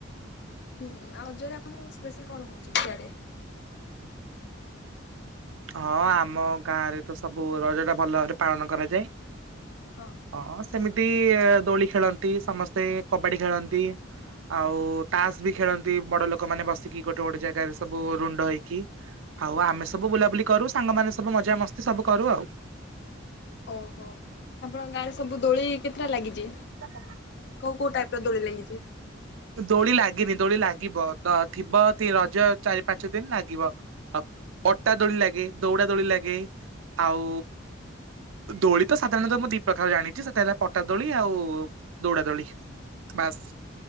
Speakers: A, on the left; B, on the right.
A: ହୁଁ, ଆଉ ରଜରେ ଆପଣଙ୍କର ସ୍ପେଶାଲ୍ କଣ ହଉଛି ସିଆଡେ?
B: ହଁ ଆମ ଗାଁରେ ତ ସବୁ ରଜ ଟା ଭଲ ଭାବରେ ପାଳନ କରାଯାଏ।
A: ହଁ।
B: ଓ ହଁ ସେମିତି ଦୋଳି ଖେଳନ୍ତି। ସମସ୍ତେ କବାଡି ଖେଳନ୍ତି। ଆଉ ତାସ୍ ବି ଖେଳନ୍ତି ବଡ ଲୋକମାନେ ବସିକି ଗୋଟେ ଗୋଟେ ଜାଗାରେ ସବୁ ରୁଣ୍ଡ ହେଇକି। ଆଉ ଆମେ ସବୁ ବୁଲାବୁଲି କରୁ ସାଙ୍ଗମାନେ ସବୁ ମଜା ମସ୍ତି ସବୁ କରୁ ଆଉ।
A: ଓହୋ! ଆପଣଙ୍କ ଗାଁରେ ସବୁ ଦୋଳି କେତେଟା ଲାଗିଚି?
B: <inaudible>
A: କୋଉ କୋଉ ଟାଇପ୍ ର ଦୋଳି ଲାଗିଛି?
B: ଦୋଳି ଲାଗିନି, ଦୋଳି ଲାଗିବ, ତ ଥିବ ତି-ରଜ ଚାରି ପାଞ୍ଚ ଦିନ ଲାଗିବ। ଅ, ପଟା ଦୋଳି ଲାଗେ। ଦଉଡ଼ା ଦୋଳି ଲାଗେ। ଆଉ ଦୋଳି ତ ସାଧାରଣତଃ ମୁଁ ଦି ପ୍ରକାର ଜାଣିଛି। ସେଟା ହେଲା ପଟା ଦୋଳି ଆଉ ଦୌଡା ଦୋଳି। ବାସ୍